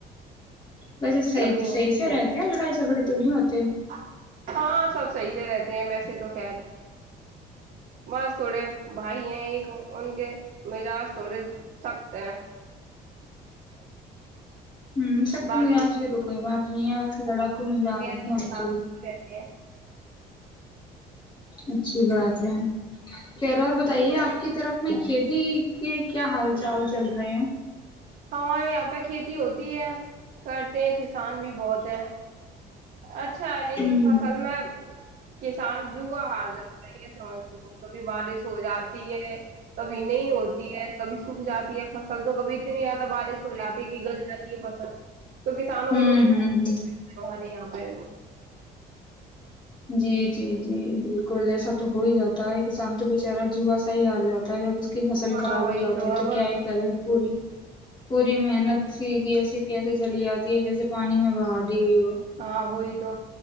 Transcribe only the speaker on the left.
بسے سی
سحی سے رہتے ہیں مائی سگڑ <unintelligible> <unintelligible>
ہوں سب کے
مزاج کی تو کوئی بات نہیں ہے اور لڑا کو مزاج
نہیں ہونے چاہیے
اچھی بات ہے خیرو اور بتائیے آپ کی طرف میں کھیتی کے کیا حال چال چل رہے ہیں
ہوں
ہوں
ہوں ہوں
جی جی جی بالکل ایسا تو ہو ہی جاتا تو ہے ک سام تو <unintelligible> بچارہ جوا صحی ہار جا ہے جب اس کی فصل
خراب
ہو جاتی ہے تو
کیا یہ کرے پوری پوری محنت سیدھی ایسے کیسے چلی جاتی ہے جیسے پانی میں بہا دی ہوئی ہو